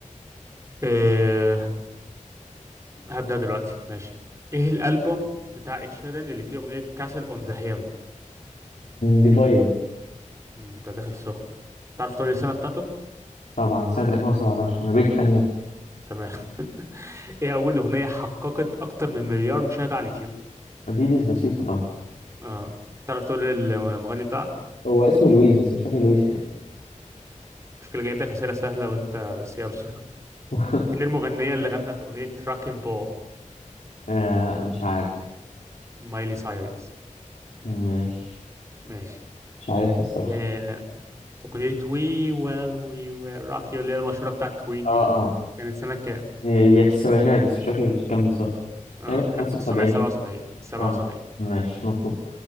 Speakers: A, on the right; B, on the left.
A: أه هبدأ دلوقتي ماشي ايه الالبوم بتاع ed sheeran اللي فيه اغنية كاسل اون ذا هيل
B: ديفايد
A: انت داخل سخن تعرف تقول لي السنة بتاعته
B: طبعا سنة 2017 أنا بيج فان يا
A: تمام <laughs> ايه اول اغنية حققت اكتر من مليار مشاهدة على اليوتيوب
B: دي ديسباسيتو طبعا
A: اه تعرف تقول لي المغني بتاعها
B: هو اسمه لويس بس مش فاكر لويس ايه
A: مشكلة جايب لك أسئلة سهلة وأنت بس يلا
B: <laughs>
A: مين المغنية اللي غنت أغنية راكن بول
B: آه مش عارف
A: مايلي سايرس
B: ماشي
A: ماشي
B: مش عارفها الصراحة
A: آه، أغنية وي ويل وي ويل روك يو اللي هي المشهورة بتاع كوين دي
B: اه اه
A: كانت سنة كام؟
B: هي في السبعينات بس مش فاكر كام بالظبط
A: اه
B: تقريبا 75
A: 1977 77
B: اه ماشي مظبوط